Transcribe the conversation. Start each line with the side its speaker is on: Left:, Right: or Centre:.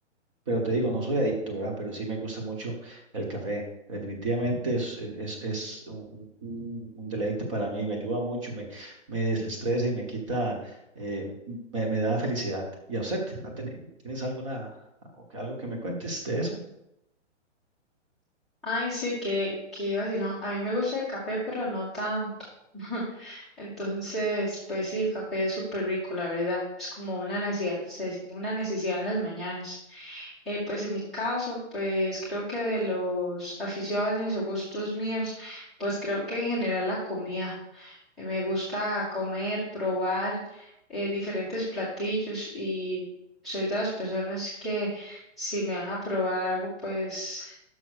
Right: pero te digo, no soy adicto, ¿verdad? Pero sí me gusta mucho el café. Definitivamente es, es, es un, un- un deleite para mí, me ayuda mucho, me, me desestresa y me quita, eh, me, me da felicidad. ¿Y a usted? ¿Ha teni- ¿Tienes alguna, algo que me cuentes de eso?
Centre: Ay, sí, que que vacilón. A mí me gusta el café, pero no tanto. <laughs> Entonces, pues sí, el café es súper rico, la verdad. Es como una necesidad, una necesidad en las mañanas. Eh, pues en mi caso, pues creo que de los aficiones o gustos míos, pues creo que en general la comida. Eh, me gusta comer, probar eh, diferentes platillos y soy de las personas que si me van a probar algo, pues